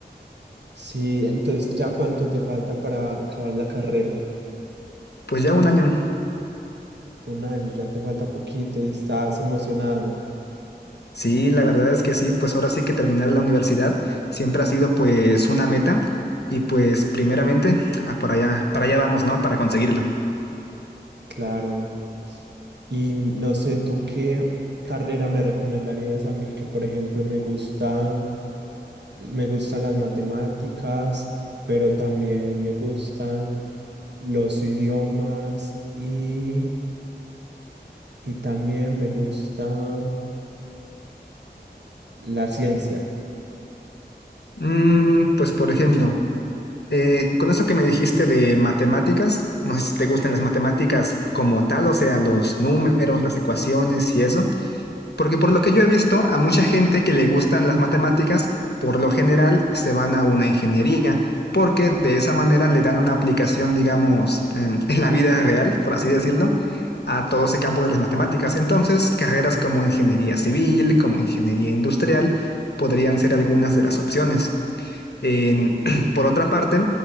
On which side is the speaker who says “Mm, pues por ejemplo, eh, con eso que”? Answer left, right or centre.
Left